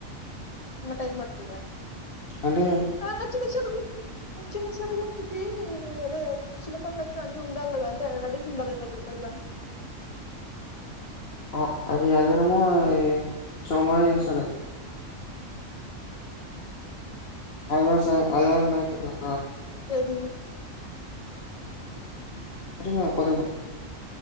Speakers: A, on the left; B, on the left.
A: ఇంక టైమ్ పడ్తదా
B: అంటే
A: ఆ చిన్న <unintelligible> జరగచ్చుతీ అదే చిన్న పండక్కి అన్న ఉండాల్ గదా అని టే ఆడ అడిగిందా లేదా రేపటి కల్లా
B: ఆ అది అదివారము, సోమవారం చేస్తరయ్యి. ఆదివారం సా ఆదివారం నైట్ రా
A: రెడీ
B: మంచిగ పోదామా